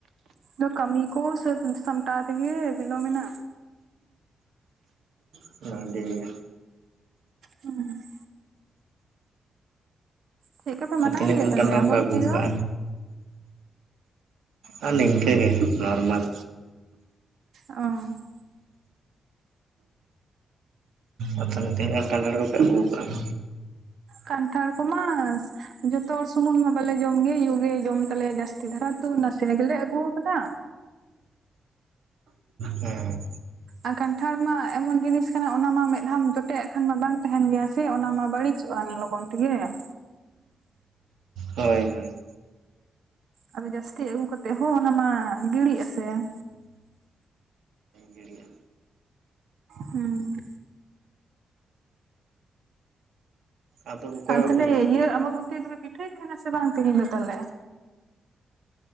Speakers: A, on the right; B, on the right.
A: ᱟᱫᱚ ᱠᱟᱹᱢᱤ ᱠᱚ ᱥᱟᱹᱛ ᱥᱚᱢᱴᱟᱣ ᱛᱮᱜᱮ ᱵᱤᱞᱚᱢᱮᱱᱟ᱾
B: <unintelligible> ᱜᱮᱭᱟ
A: ᱦᱩᱸ ᱪᱮᱫ ᱞᱮᱠᱟ ᱯᱮ ᱢᱟᱱᱟᱣ
B: ᱛᱤᱱᱟᱹᱜ
A: ᱜᱮᱭᱟ
B: ᱜᱟᱱ
A: ᱛᱟᱦᱞᱮ
B: ᱠᱟᱱᱴᱷᱟᱲ
A: ᱟᱢᱵᱟᱵᱚᱛᱤ
B: ᱯᱮ ᱟᱹᱜᱩᱣ
A: ᱫᱚ?
B: ᱠᱟᱜᱼᱟ? ᱟᱨ ᱱᱤᱝᱠᱟᱹ ᱜᱮ ᱱᱚᱨᱢᱟᱞ
A: ᱚᱸᱻ
B: ᱟᱨ ᱛᱟᱦᱚᱞᱮ ᱛᱤᱱᱟᱹᱜ ᱠᱟᱱᱴᱷᱟᱲ ᱠᱚᱯᱮ ᱟᱹᱜᱩᱣ ᱠᱟᱜᱼᱟ?
A: ᱠᱟᱱᱴᱷᱟᱲ ᱠᱚᱢᱟ ᱡᱚᱛᱚ ᱦᱚᱲ ᱥᱩᱢᱩᱱ ᱢᱟ ᱵᱟᱞᱮ ᱡᱚᱢ ᱜᱮ ᱭᱩ ᱜᱮ ᱡᱚᱢ ᱛᱟᱞᱮᱭᱟ ᱡᱟᱹᱥᱛᱤ ᱫᱷᱟᱨᱟ ᱾ ᱛᱩ ᱱᱟᱥᱮ ᱜᱮᱞᱮ ᱟᱹᱜᱩᱣ ᱠᱟᱫᱟ᱾
B: ᱦᱮᱸ
A: ᱟᱨ ᱠᱟᱱᱴᱷᱟᱲ ᱢᱟ ᱮᱢᱚᱱ ᱡᱤᱱᱤᱥ ᱠᱟᱱᱟ ᱚᱱᱟᱢᱟ ᱢᱮᱫᱷᱟᱣ ᱡᱚᱴᱮᱫᱼᱟᱜ ᱠᱷᱟᱱ ᱢᱟ ᱵᱟᱝ ᱛᱟᱦᱮᱱ ᱜᱮᱭᱟ ᱥᱮ ᱚᱱᱟᱢᱟ ᱵᱟᱹᱲᱤᱡ ᱟ ᱞᱚᱜᱚᱱ ᱛᱮᱜᱮ ᱾
B: ᱦᱳᱭ ᱦᱳᱭ
A: ᱟᱫᱚ ᱡᱟᱹᱥᱛᱤ ᱟᱹᱜᱩ ᱠᱟᱛᱮᱜ ᱦᱚᱸ ᱚᱱᱟ ᱢᱟ ᱜᱤᱲᱤᱜ ᱟᱥᱮ ᱾
B: ᱜᱤᱲᱤᱜᱼᱟ᱾
A: ᱦᱩᱸ
B: ᱟᱫᱚ ᱚᱠᱚᱭ
A: ᱟᱨ
B: ᱵᱟᱯᱮ
A: ᱛᱟᱦᱚᱞᱮ
B: ᱡᱚᱢ
A: ᱤᱭᱟᱹ
B: ᱜᱮᱭᱟ?
A: ᱟᱢᱵᱚᱵᱚᱛᱤ ᱨᱮ ᱫᱚ ᱯᱮ ᱯᱤᱴᱷᱟᱹᱭ ᱛᱟᱦᱮᱱᱟ ᱥᱮ ᱵᱟᱝ ᱛᱮᱦᱮᱧ ᱫᱚ ᱛᱟᱦᱚᱞᱮ?